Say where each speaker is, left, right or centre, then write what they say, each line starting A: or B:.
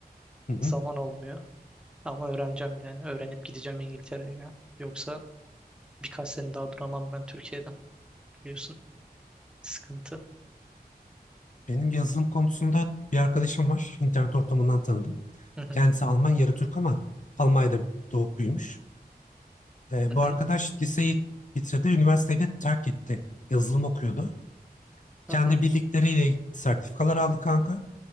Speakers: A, on the left (about 50°); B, in the centre.
A: Hı hı.
B: Zaman olmuyor ama öğreneceğim yani öğrenip gideceğim İngiltere'ye ya. Yoksa birkaç sene daha duramam ben Türkiye'de biliyorsun. Sıkıntı.
A: Benim yazılım konusunda bir arkadaşım var. İnternet ortamından tanıdım.
B: Hı hı,
A: Kendisi Alman, yarı Türk ama Almanya'da doğup büyümüş. E,
B: hı
A: bu arkadaş
B: hı,
A: liseyi bitirdi, üniversiteyi de terk etti. Yazılım okuyordu. Kendi
B: hı hı.
A: bildikleriyle sertifikalar aldı kanka.